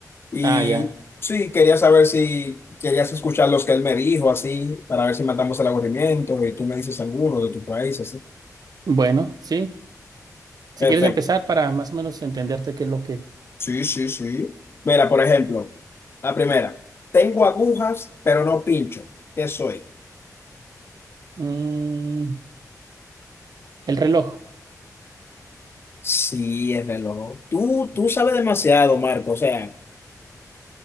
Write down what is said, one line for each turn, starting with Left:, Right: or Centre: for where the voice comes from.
Left: Y
Right: ah, ya.
Left: sí, quería saber si querías escuchar los que él me dijo, así, para ver si matamos al aburrimiento y tú me dices alguno de tu país, así.
Right: Bueno, sí. Si
Left: Perfecto.
Right: quieres empezar para más o menos entenderte qué es lo que...
Left: Sí, sí, sí. Mira, por ejemplo, la primera. Tengo agujas, pero no pincho. ¿Qué soy?
Right: Mm, el reloj. <laughs>
Left: Sí, el reloj. Tú, tú sabes demasiado, Marco. O sea,